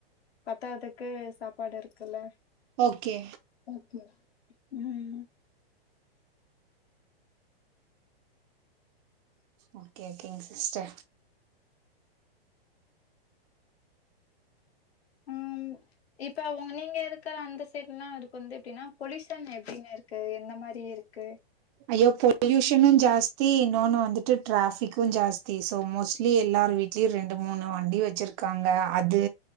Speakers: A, on the left; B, on the right.
A: பத்தாதுக்கு சாப்பாடு இருக்குல்ல
B: ஓகே
A: ஓகே ம்
B: ஓகே ஓகேங் சிஸ்டர்
A: ம் இப்ப ஒங் நீங்க இருக்கற அந்த சேட்லா அதுக் வந்து எப்டினா பொலிசன் எப்டிங்க இருக்கு எந்த மார் அரி இருக்கு
B: ஐயோ பொல்யூஷனு ஜாஸ்தி இன்னோனு வந்துட்டு டிராஃபிக்கு ஜாஸ்தி சோ மோஸ்ட்லி எல்லா ஆறு வீட்லியு ரெண்டு மூணு வண்டி வச்சிர்க்காங்க அது